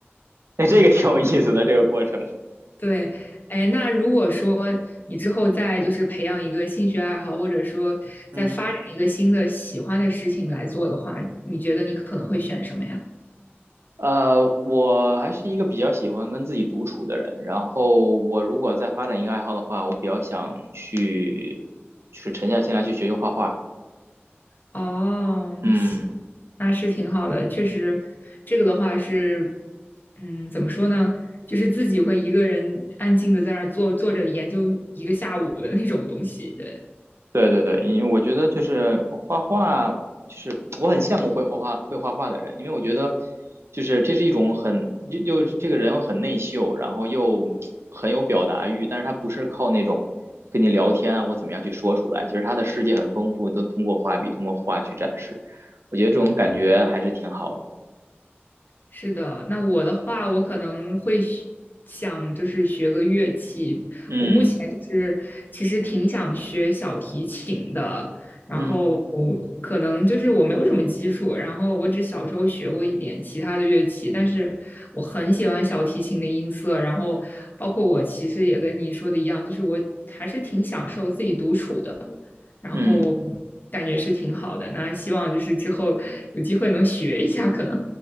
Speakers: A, on the right; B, on the left.
A: 那这个挺有意思的这个过程。
B: 对，哎，那如果说你之后再就是培养一个兴趣爱好，或者说再发展一个新的喜欢的事情来做的话，
A: 嗯。
B: 你觉得你可能会选什么呀？
A: 呃，我还是一个比较喜欢跟自己独处的人。然后，我如果再发展一个爱好的话，我比较想去，就是沉下心来去学学画画。
B: 哦，
A: 嗯，
B: 是那是挺好的，确实，这个的话是，嗯，怎么说呢？就是自己会一个人安静的在那儿坐坐着研究一个下午的那种东西。对，
A: 对对对，因为我觉得就是画画，就是我很羡慕会画画会画画的人，因为我觉得就是这是一种很又又这个人很内秀，然后又很有表达欲，但是他不是靠那种跟你聊天啊或怎么样去说出来，其实他的世界很丰富，都通过画笔通过画去展示，我觉得这种感觉还是挺好的。
B: 是的。那我的话，我可能会学想就是学个乐器，
A: 嗯
B: 前就是其实挺想学小提琴的，然后
A: 嗯
B: 可能就是我没有什么基础，然后我只小时候学过一点其他的乐器，但是我很喜欢小提琴的音色，然后包括我其实也跟你说的一样，就是我还是挺享受自己独处的，然后
A: 嗯。
B: 感觉是挺好的。那希望就是之后有机会能学一下，可能。